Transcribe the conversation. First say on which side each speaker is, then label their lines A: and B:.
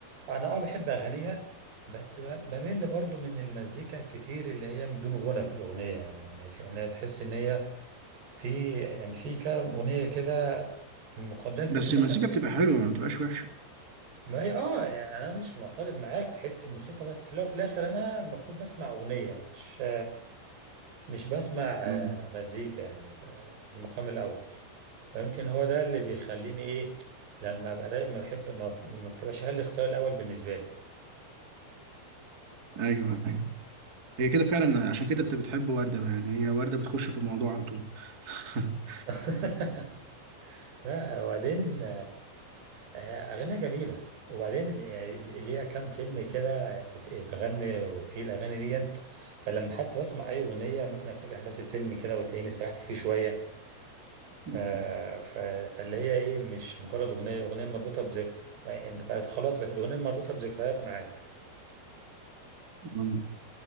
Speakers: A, on the right; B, on the right.
A: انا اه بحب اغانيها بس ب- بمل برضو من المزيكا كتير اللي هي بدون غنى في الاغنيه يعني يعني تحس ان هي في يعني في كام اغنيه كده المقدمه بتاعتهم
B: بس المزيكا
A: مثلا
B: بتبقى حلوة ما بتبقاش وحشة
A: ما هي اه يعني انا مش معترض معاك في حته الموسيقى بس في الاول وفي الاخر انا المفروض بسمع اغنيه مش مش بسمع آه،
B: مم.
A: مزيكا يعني ف- في المقام الاول فيمكن هو ده اللي بيخليني ايه لما ابقى رايق ما بحب ما, ما بتبقاش هل الاختيار الاول بالنسبه لي
B: ايوه ايوه هي كده فعلا عشان كده انت بتحب وردة بقى يعني هي وردة بتخش في الموضوع على طول <laughs>
A: <laughs> لا وبعدين آه، أغانيها جميلة وبعدين يعني ليها كام فيلم كده ات- اتغني وفيه الأغاني دي فلما حتى بسمع أي أغنية ممكن أفتكر أحداث الفيلم كده وتلاقيني سرحت فيه شوية
B: مم.
A: آه، ف- فاللي هي إيه مش مجرد أغنية الأغنية مربوطة بز... أنت بقت خلاص بقت الأغنية مربوطة بذكريات معاك
B: مم.